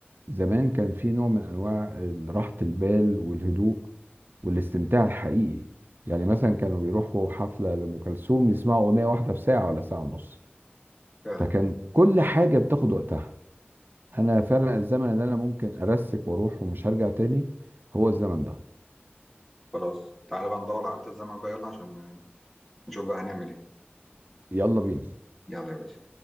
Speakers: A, on the right; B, in the centre.
A: زمان كان في نوع من انواع راحة البال والهدوء والاستمتاع الحقيقي يعني مثلا كانوا بيروحوا حفلة لأم كلثوم يسمعوا أغنية واحدة في ساعة ولا ساعة ونص
B: فعلا
A: فكان كل حاجة بتاخد وقتها أنا فعلا الزمن اللي أنا ممكن أرسك وأروح ومش هرجع تاني هو الزمن ده
B: خلاص تعالى بقى ندور على آلة الزمن بقى يلا عشان نشوف بقى هنعمل ايه
A: يلا بينا
B: يلا يا باشا